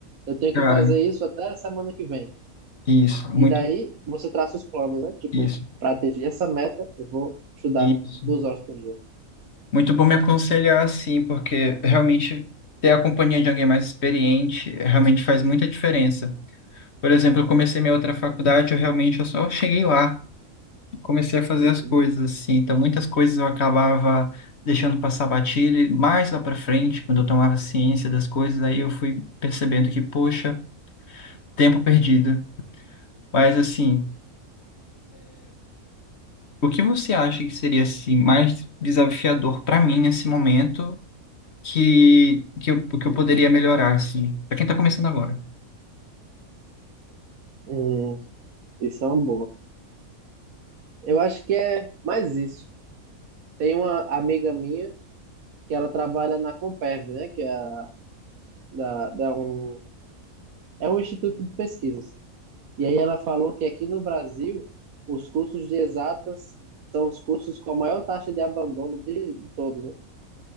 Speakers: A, on the right; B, on the left.
A: eu tenho
B: Cara,
A: que fazer isso até semana que vem.
B: isso, muito,
A: E daí você traça os planos, né? Tipo,
B: isso,
A: para atingir essa meta, eu vou estudar
B: isso.
A: duas horas por dia.
B: Muito bom me aconselhar assim, porque realmente ter a companhia de alguém mais experiente eh, realmente faz muita diferença. Por exemplo, eu comecei minha outra faculdade, eu realmente eu só cheguei lá, comecei a fazer
A: Uhum.
B: as coisas assim, então muitas coisas eu acabava deixando passar batido, e mais lá para frente, quando eu tomava ciência das coisas, aí eu fui percebendo que, poxa, tempo perdido. Mas assim, O que você acha que seria assim mais desafiador para mim nesse momento que que eu, que eu poderia melhorar assim, para quem tá começando agora?
A: Hum, isso é uma boa. Eu acho que é mais isso. Tem uma amiga minha que ela trabalha na Comperv, né? Que é, a- da, da um, é um instituto de pesquisas. E aí ela falou que aqui no Brasil, os cursos de exatas são os cursos com a maior taxa de abandono de de todos, né?